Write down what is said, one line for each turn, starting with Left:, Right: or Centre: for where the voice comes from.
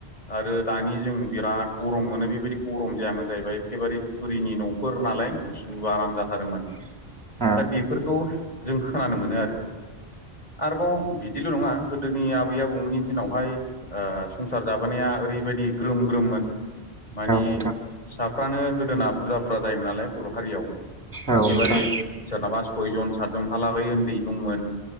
Left: आरो दानि जों बिराद गरम मोनो बेबायदि गरम जायामोन जाहैबाय एखेबारे थुरिनि नफोर नालाय गुसु आराम जाथारोमोन।
Right: <unintelligible>
Left: दा बेफोरखौ जों खोनानो मोनो आरो। आरोबाव बिदिल नङा गोदोनि आबै आबौमोननि दिनावहाय ओ संसार जाबोनाया ओरैबायदि ग्रोम ग्रोममोन। माने
Right: नोंथां
Left: फिसाफ्रानो गोदोना बुरजा बुरजा जायोमोन नालाय बर' हारियाव।
Right: औ
Left: एखेबारे
Right: नोंथां।
Left: सोरनाबा सयजन सातजनहालागै उन्दै दंमोन।